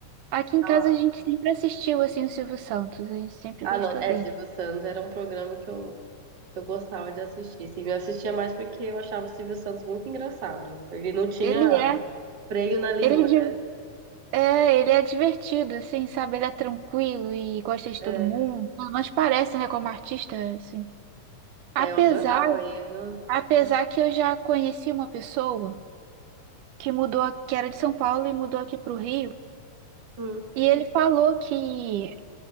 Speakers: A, on the right; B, on the right.
A: Aqui em
B: Ela-
A: casa a gente sempre assistiu, assim, o Silvio Santos. A gente sempre
B: Ah,
A: gostou
B: não, é,
A: dele.
B: Silvio Santos era um programa que eu, eu gostava de assistir. Sim, eu assistia mais porque eu achava o Silvio Santos muito engraçado. Ele não tinha
A: Ele é,
B: freio na língua,
A: ele é,
B: né?
A: di- é, ele é divertido, assim, sabe? Ele é tranquilo e gosta de
B: É,
A: todo mundo. Mas parece, né, como artista, assim. Apesar,
B: é, eu adorava ele. não-
A: apesar que eu já conheci uma pessoa que mudou, a- que era de São Paulo e mudou aqui para o Rio,
B: Hum.
A: e ele falou que,